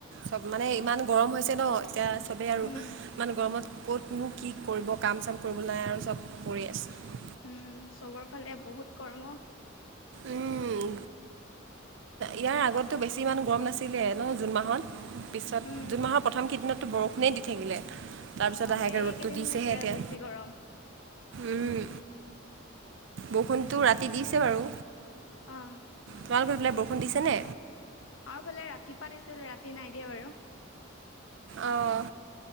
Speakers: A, on the right; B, on the left.
A: চব মানে
B: অঁ
A: ইমান গৰম হৈছে ন এতিয়া চবেই আৰু
B: উম,
A: মানে গৰমত ক'তনো কি কৰিব কাম চাম কৰি পেলাই আৰু চব পৰি আছে
B: উম চবৰ ফালে বহুত কৰ্ম
A: উম ইয়াৰ আগততো বেছি ইমান গৰম নাছিলে ন জুন মাহত পিছত
B: উম,
A: জুন মাহৰ প্ৰথম কেইদিনতো বৰষুণেই দি থাকিলে তাৰ পিছত
B: অ',
A: লাহেকে
B: এইকেইদিন
A: ৰ'দটো দিছেহে
B: হৈছে
A: এতিয়া
B: বেছি গৰম
A: উম বৰষুণতটো ৰাতি দিছে বাৰু
B: অ
A: তোমালোকৰ সেইফালে বৰষুণ দিছেনে
B: আৰুফালে ৰাতিপুৱা দিছিল ৰাতি নাই দিয়া বাৰু
A: আহ